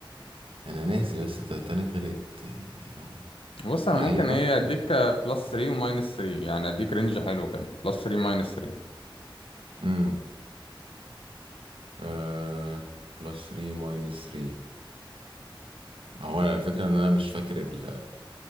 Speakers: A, on the right (about 80°); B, on the left (about 85°).
A: انا ناسي بس تايتانيك غرقت يعني أو...
B: بص انا
A: ما
B: ممكن
A: هي
B: ايه
A: نفس
B: اديك بلس 3 وماينس 3 يعني اديك رينج حلو كده بلس 3 ماينس 3
A: امم آه... بلس 3 ماينس 3 هو أنا الفكرة ان انا مش فاكر ال...